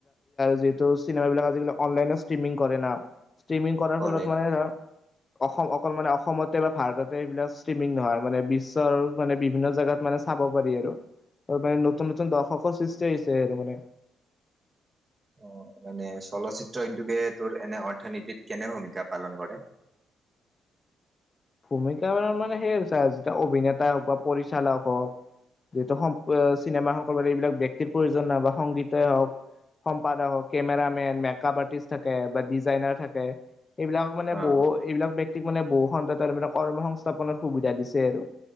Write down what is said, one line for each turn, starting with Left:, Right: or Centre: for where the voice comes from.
Left: <inaudible> যিহেতু চিনেম বিলাক আজি অনলাইনে ষ্ট্ৰিমিং কৰে ন ষ্ট্ৰিমিং কৰাৰ
Right: কৰে।
Left: ফলত মানে ধৰ অসম অকল মানে অসমতে বা ভাৰততে এইবিলাক ষ্ট্ৰিমিং নহয়, মানে বিশ্বৰ মানে বিভিন্ন জোগাত মানে চাব পাৰি আৰু। নতন নতুন দৰ্শকৰ সৃষ্টি হৈছে আৰু মানে।
Right: অ' মানে চলচ্চিত্ৰ উদ্যোগে তোৰ এনে অৰ্থনীতিত কেনে ভূমিকা পালন কৰে? <inaudible>
Left: ভূমিকা মানে সেইয় হৈছে যেতিয়া অভিনেতাই হওক বা পৰিচালক হওক যিহেতু স চিনেমাসকল এইবিলাক ব্যক্তিৰ প্ৰয়োজন নাই বা সংগীতেই হওঁক। সম্পাদকক, কেমেৰা মেন, মেকআপ আৰ্টিষ্ট থাকে বা ডিজাইনাৰ থাকে। এইবিলাক মানে
Right: অ
Left: বহু এইবিলাক ব্যক্তিক মানে বহু সন্ততাৰ মানে কৰ্ম সংস্থাপনৰ সুবিধা দিছে আৰু।